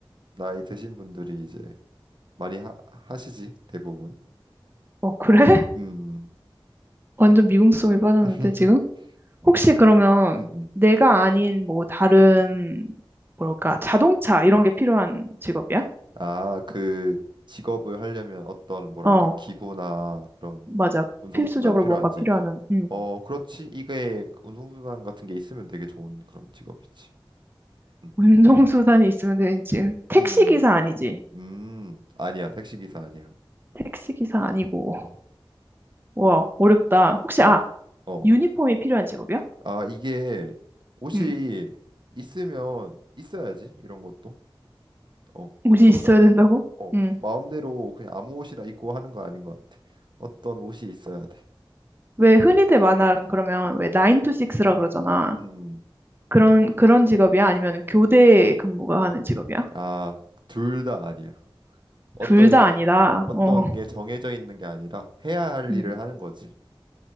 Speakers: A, on the right; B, on the right.
A: 나이 드신 분들이 이제 많이 하, 하시지 대부분.
B: 어, 그래? <laughs>
A: 음.
B: 완전 미궁성이 빠졌는데,
A: <laughs>
B: 지금? 혹시 그러면
A: 음, 음.
B: 내가 아닌 뭐 다른, 뭐랄까, 자동차 이런 게 필요한 직업이야?
A: 아, 그 직업을 하려면 어떤 뭐랄까
B: 어,
A: 기구나 그런
B: 맞아.
A: 운송수단이
B: 필수적으로
A: 필요한지.
B: 뭔가 필요하는, 음,
A: 어, 그렇지. 이게 운송수단 같은 게 있으면 되게 좋은 그런 직업이지.
B: <laughs>
A: 음,
B: 운송수단이 있으면 되는 지 택시기사
A: 음,
B: 아니지?
A: 음. 음. 아니야. 택시기사 아니야.
B: 택시기사 아니고.
A: 음.
B: 와, 어렵다. 혹시,
A: 자,
B: 아,
A: 어.
B: 유니폼이 필요한 직업이야?
A: 아, 이게 옷이
B: 음.
A: 있으면 있어야지 이런 것도. 어,
B: 옷이
A: 평상
B: 있어야 된다고?
A: 어,
B: 음.
A: 마음대로 그냥 아무 옷이나 입고 하는 거 아닌 것 같아. 어떤 옷이 있어야 돼.
B: 왜 흔히들 만화는 그러면 왜 9 to 6라 그러잖아.
A: 음.
B: 그런, 그런 직업이야? 아니면 교대 근무가 하는 직업이야?
A: 아, 둘 다 아니야. 어떤
B: 둘 다 아니다.
A: 어떤
B: 어.
A: 게 정해져 있는 게 아니라 해야 할
B: 음.
A: 일을 하는 거지.